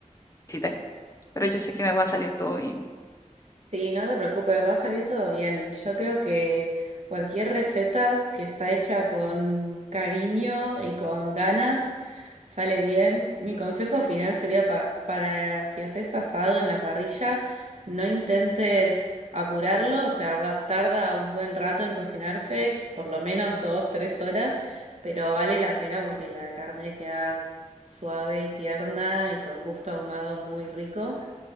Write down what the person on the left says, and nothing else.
cita, pero yo sé que me va a salir todo bien.